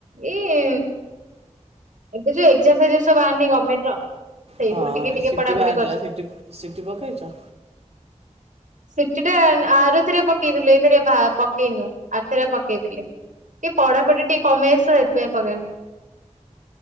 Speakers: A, on the right (about 85°); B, on the right (about 55°).
A: ଏଇ ଏବେ ଯୋଉ ଏକ୍ ଜାମ୍ ଫେଗ୍ ଜାମ୍ ସବୁ ବାହାରିନି ଗମେଣ୍ଟ୍ ର ସେଇଥିରୁ
B: ହଁ,
A: ଟିକେ ଟିକେ
B: ସିଟି
A: ପଢାପଢି
B: ବାହାରିଥିଲା, ସିଟି, ସିଟି ପକେଇଚ?
A: ସିଟିଟା ଆରଥରିକ ପକେଇଥିଲୁ, ଏଇଥରିକ ଭା ପକେଇନୁ। ଆରଥରିକ ପକେଇଥିଲି, ଟିକେ ପଢାପଢି ଟିକେ କମି <unintelligible> ହେଇଥିପାଇଁ ପକେଇନି।